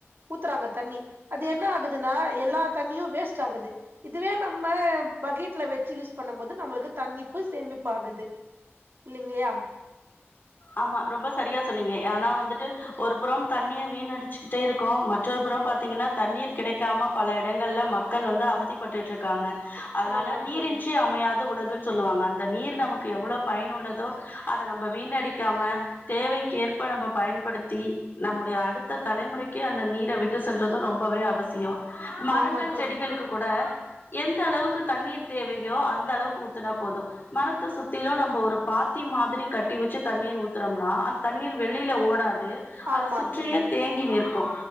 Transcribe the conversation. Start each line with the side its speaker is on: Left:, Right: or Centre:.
Right: ஊத்துறாங்க தண்ணி அது என்ன ஆகுதுன்னா எல்லா தண்ணியு வேஸ்ட் ஆகுது இதுவே நம்ம பக்கெட்ல வச்சு யூஸ் பண்ணு போது நம்மளுக்கு தண்ணிப்பு சேமிப்பு ஆகுது இல்லைங்களையா
Left: ஆமா ரொம்ப சரியா சொன்னீங்க ஆனா வந்துட்டு ஒரு புறம் தண்ணிய வீணடிச்சுக்கிட்டே இருக்கோ மற்றொரு புறம் பாத்தீங்கன்னா தண்ணீர் கிடைக்காம பல இடங்கள்ல மக்கள் வந்து அவதிப்பட்டுட்டு இருக்காங்க அதனால
Right: ஆமா
Left: நீரின்றி
Right: தோழி
Left: அமையாது உலகு சொல்லுவாங்க அந்த நீர் நமக்கு எவ்வளோ பயன் உள்ளதோ அத நம்ம வீணடிக்க இருக்காம தேவைக்கேற்ப நம்ம பயன்படுத்தி நம்முடைய அடுத்த தலைமுறைக்கே அந்த நீர விட்டு சென்றதும் ரொம்பவே அவசியோ மரங்கள்
Right: ஆமா தோழி
Left: செடிகளுக்கு கூட எந்த அளவுக்கு தண்ணீர் தேவையோ அந்த அளவுக்கு ஊத்துனா போது மரத்தை சுத்திலும் நம்ம ஒரு பாத்தி மாதிரி கட்டி வச்சு தண்ணீர் ஊத்துறம்னா அந்த தண்ணீர் வெளில ஓடாது அத
Right: ஆமா
Left: சுற்றியே
Right: தோழி
Left: தேங்கி நிற்கு